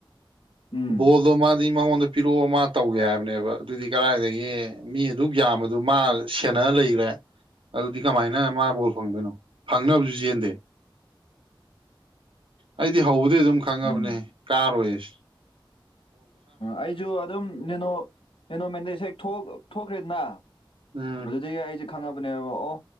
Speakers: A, on the left; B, on the right.
A: ꯎꯝ
B: ꯕ‌ꯣꯜꯗꯣ ꯃꯥꯗꯤ ꯃꯥꯉ‌ꯣꯟꯗ ꯄꯤꯔꯛꯑꯣ ꯃꯥ ꯇꯧꯒꯦ ꯍꯥꯏꯕꯅꯦꯕ ꯑꯗꯨꯗꯤ ꯀꯔꯥꯏꯗꯒꯤ ꯃꯤ ꯑꯗꯨꯛ ꯌꯥꯝꯕꯗꯨ ꯃꯥ ꯁꯦꯟꯅ ꯂꯩꯈ꯭ꯔꯦ ꯑꯗꯨꯗꯤ ꯀꯃꯥꯏꯅ ꯃꯥ ꯕꯣꯜ ꯐꯪꯗꯣꯏꯅꯣ ꯐꯪꯅꯕꯁꯨ ꯆꯦꯟꯗꯦ ꯑꯩꯗꯤ ꯍꯧꯕꯗꯩ ꯑꯗꯨꯝ ꯈꯪꯉꯕꯅꯦ
A: ꯎꯝ
B: ꯀꯥꯔꯣꯏꯁ
A: ꯑꯩꯁꯨ ꯑꯗꯨꯝ ꯅꯦꯅꯣ ꯅ‌ꯦꯅ‌ꯣ ꯃꯦꯟꯗꯦꯁ ꯍꯦꯛ ꯊ‌ꯣꯛ ꯊꯣꯛꯈ꯭ꯔꯦꯗꯅ
B: ꯎꯝ
A: ꯑꯗꯨꯗꯒꯤ ꯑꯩꯁꯦ ꯈꯪꯉꯕꯅꯦꯕ ꯑꯣ